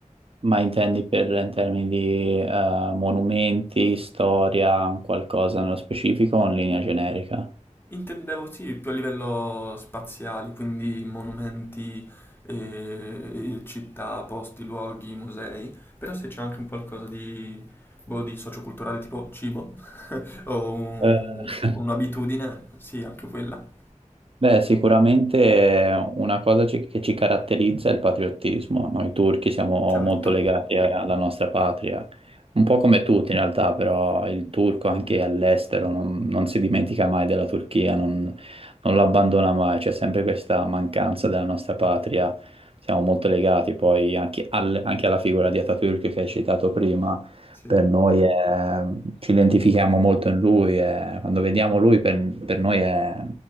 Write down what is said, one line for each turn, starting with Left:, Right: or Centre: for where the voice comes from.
Right: Ma intendi per in termini di eh, monumenti, storia, qualcosa nello specifico o in linea generica?
Left: Intendevo sì, più a livello spaziale, quindi monumenti, eh, città, posti, luoghi, musei, però se c'è anche un qualcosa di, boh, di socioculturale tipo cibo o un-
Right: Eh, <laughs>
Left: un'abitudine, sì, anche quella.
Right: Beh, sicuramente eh, una cosa ci- che ci caratterizza è il patriottismo. Noi turchi siamo
Left: Certo,
Right: molto legati a- alla nostra patria, un po' come tutti in realtà, però il turco anche all'estero non, non si dimentica mai della Turchia, non, non l'abbandona mai, c'è sempre questa mancanza della nostra patria. Siamo molto legati poi anche, al- anche alla figura di Atatürk che hai citato prima
Left: sì,
Right: per noi è- ci identifichiamo molto in lui, è- quando vediamo lui per, per noi è,